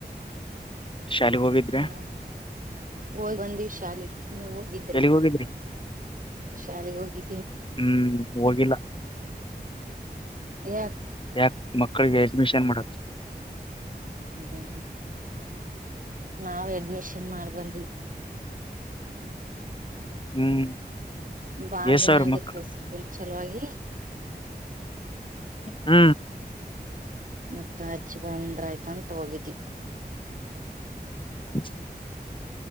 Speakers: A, on the left (about 30°); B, on the right (about 50°).
A: ಶಾಲೆಗ್ ಹೋಗಿದ್ರೆ
B: ಹಲೋ ಹೋಗ್ ಒಂದಿವ್ ಶಾಲೆ ನೀವು ಇದ್ರಿ
A: ಎಲ್ಲಿಗ್ ಹೋಗಿದ್ರಿ
B: ಶಾಲೆಗೆ ಹೋಗಿ
A: ಹ್ಮ್ ಹೋಗಿಲ್ಲ
B: ಯ
A: <unintelligible> ಕಳ್ಳ ಎಡ್ಮಿಷನ್ ಮಾಡ
B: ಹ್ಮ ನಾವ್ ಅಡ್ಮಿಷನ್ ಮಾಡ್ಬಂತ. ಹ್ಮ.
A: ಹ್ಮ್.
B: ಬಾಳ
A: ಎಸ್
B: ದಿನ
A: ಸಾವಿರ
B: ಆಗಿತ್ತು
A: ಮಕ್ಕಳು
B: ಸ್ಕೂಲ್ ಚಲೋುವಾಗಿ
A: ಹ್ಮ್
B: ಮತ್ತತ್ ಹಚ್ಚಿ ಬಂದ್ರ ಆಯ್ತಂತ ಹೋಗಿದ್ದಿ.
A: <unintelligible>